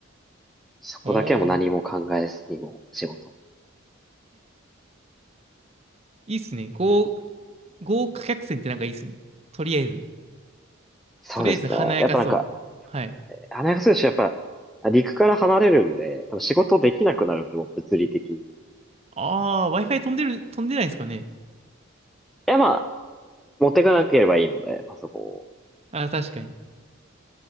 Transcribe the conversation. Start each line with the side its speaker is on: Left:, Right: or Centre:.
Centre: そこだけはもう何も考えずにもう仕事を
Right: おお、いいっすね。豪、豪華客船ってなんかいいっすね。とりあえず。
Centre: そうですね。
Right: とりあえず華やかそう。
Centre: やっぱなんか、
Right: はい。
Centre: 花す選しやっぱ、陸から離れるんで、多分仕事できなくなるんで、もう物理的に。い
Right: ああ、Wi-Fi 飛んでる、飛んでないんですかね。
Centre: や、まあ、持っていかなければいいので、パソコンを。
Right: ああ確かに。